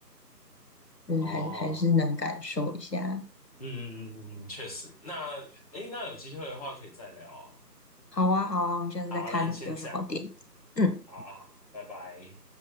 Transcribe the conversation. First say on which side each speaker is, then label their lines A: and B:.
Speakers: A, on the left; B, on the left.
A: 就是还还是能感受一下。
B: 哦，嗯，确实。那诶，那有机会的话可以再聊啊。
A: 好啊，好啊，我们现在在看有什么电影。
B: 好，那先这样，
A: 嗯。
B: 好好好拜拜。